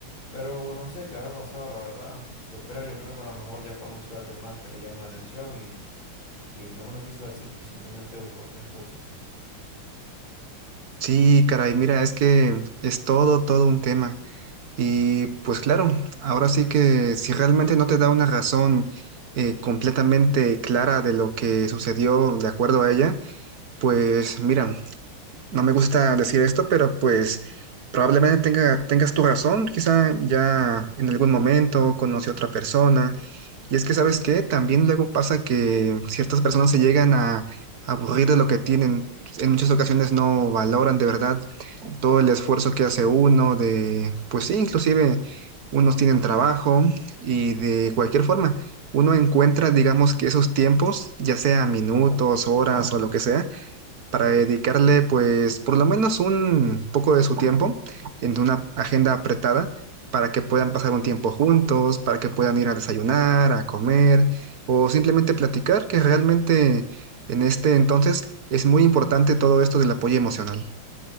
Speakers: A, on the left; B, on the right.
A: Pero no sé qué habrá pasado, la verdad. Yo creo, yo creo que a lo mejor ya conoció a alguien más que le llama la atención y, y no me lo quiso decir, pues simplemente buscó otra excusa.
B: Sí, caray, mira, es que es todo, todo un tema. Y pues claro, ahora sí que si realmente no te da una razón eh, completamente clara de lo que sucedió de acuerdo a ella, pues mira, no me gusta decir esto, pero pues probablemente tenga, tengas tu razón, quizá ya en algún momento conoce a otra persona. Y es que, ¿sabes qué? También luego pasa que ciertas personas se llegan a aburrir de lo que tienen, en muchas ocasiones no valoran de verdad todo el esfuerzo que hace uno de, pues sí, inclusive unos tienen trabajo y de cualquier forma, uno encuentra, digamos que esos tiempos, ya sea minutos, horas o lo que sea, para dedicarle pues por lo menos un poco de su tiempo en una agenda apretada. para que puedan pasar un tiempo juntos, para que puedan ir a desayunar, a comer o simplemente platicar, que realmente en este entonces es muy importante todo esto del apoyo emocional.